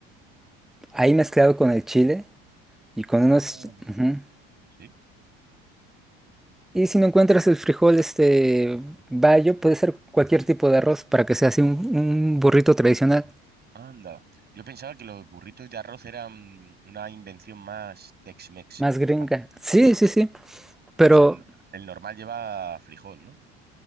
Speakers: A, in the centre; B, on the right (about 30°).
A: ahí mezclado con el chile y con
B: Ah,
A: unos... ujú.
B: sí.
A: Y si no encuentras el frijol, este, bayo, puede ser cualquier tipo de arroz para que sea así un un burrito tradicional.
B: Anda. Yo pensaba que los burritos de arroz eran una invención más Tex-Mex.
A: Más gringa.
B: Ah,
A: Sí,
B: Sí.
A: sí, sí.
B: O
A: Pero
B: sea, n- el normal lleva frijol, ¿no?